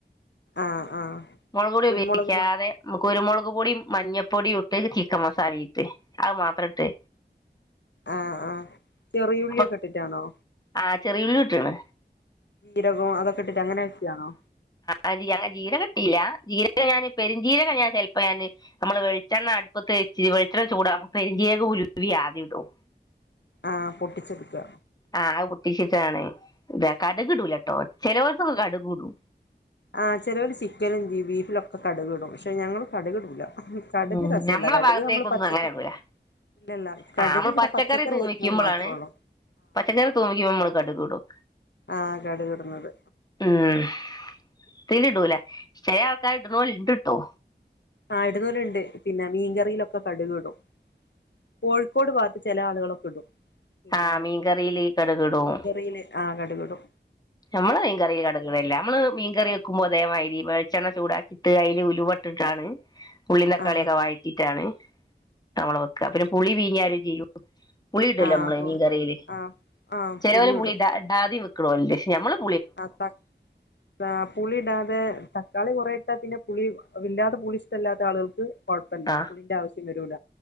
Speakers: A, on the left; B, on the left.
A: ആഹ് ആഹ്
B: മുളക്പൊടി
A: കുരുമുളക്
B: ഉപയോഗിക്കാതെ
A: മ
B: നമുക്ക് കുരുമുളക് പൊടിയും മഞ്ഞപ്പൊടിയും ഇട്ട് ചിക്കൻ മസാല ഇട്ട് അത് മാത്രം ഇട്ട്
A: ആഹ് ആഹ് ചെറിയുള്ളിയൊക്കെ
B: അപ്പൊ
A: ഇട്ടിട്ടാണോ
B: ആ ചെറിയുള്ളിട്ട്ണ്.
A: ജീരകവും അതോക്കെ ഇട്ടിട്ട് അങ്ങനെ ചെയണോ.
B: അതെ അങ്ങനെ ജീരകം ഇട്ടീല്ല ജീരകം ഞാന് പെരുംജീരകം ഞാൻ ചെൽപ്പോ ഞാന്. നമ്മള് വെളിച്ചെണ്ണ അടുപ്പത്ത് വെച്ച് വെളിച്ചെണ്ണ ചൂടാവുമ്പോ പെരുംജീരകോം ഉലുവേം ആദ്യം ഇടും.
A: ആ പൊട്ടിച്ചെടുക്ക.
B: ആഹ് പൊട്ടിച്ചിട്ടാണ് ഇ കടക് ഇടൂലട്ടോ ചിലവർത്തൊക്കെ കടക് ഇടും.
A: ആഹ്, ചെലോര് ചിക്കനും വി ബീഫിലൊക്കെ കടുകിടും, ക്ഷെ ഞങ്ങള് കടുകിടൂല. കട്ക്
B: ഉം
A: രസല്ല,
B: നമ്മളെ
A: കട്ക്
B: ഭാഗത്തേക്കൊന്നും
A: നമ്മള് പച്ചക്ക
B: അങ്ങനെ ഇടൂല
A: ല്ലല്ല കട്ക്
B: ആ നമ്മൾ
A: ഇവടെ പച്ചക്കറി
B: തൂമിക്കുമ്പോഴാണ്
A: വെക്കുമ്പോ മാത്രേള്ളൂ.
B: പച്ചക്കറി തൂമിക്കുമ്പോമ്മള് കടുകിടും.
A: ആഹ്, കട്കിട്ന്നത്.
B: ഉം തിലിടൂല, ചെലയ് ആൾക്കാര്ട്ണോല്ണ്ട്ട്ടോ.
A: ആ ഇട്ണോല്ണ്ട്. പിന്നെ, മീൻകറീലൊക്കെ കട്കിടും. കോഴിക്കോട് ഭാത്ത് ചെല ആളുകളൊക്കടും. പിന്നെ,
B: ആ മീൻകറിയില് കടുക് ഇടും
A: മീൻകറീല് ആ കട്കുടും.
B: ഞമ്മള് മീൻകറീലട്കിടലില്ല. മ്മള് മീൻകറി. ക്കുമ്പൊതേമാരി, വെഴ്ച്ചെണ്ണ ചൂടാക്കിട്ട്, അയ്ല് ഉലുവട്ട്ട്ടാണ്, ഉള്ളീം തക്കാളിയൊക്കെ
A: ആ
B: വയ്റ്റി. റ്റാണ് നമ്മള് വെക്ക. പിന്നെ, പുളി പീഞ്ഞാരും ചെയ്യും. പുളിടല്ലൊമ്മള്
A: ആ അപ്പൊ
B: മീൻകറീല്,
A: ആ ആ
B: ചെലോല്
A: പുളിയിടും
B: പുളിടാ ഡാധിം വെക്ക്‌ണോല്ണ്ട് ക്ഷെ ഞമ്മള് പു
A: ആപ ടാ, പുളിടാതെ തക്കാളി കൊറെട്ടാ പിന്നെ, പുളി, ല്ലാതെ പുളിഷ്ടല്ലാത്ത ആളുകൾക്ക്. കൊഴപ്പല്ല,
B: ആഹ്
A: പുളിന്റാവശ്യം വരൂല,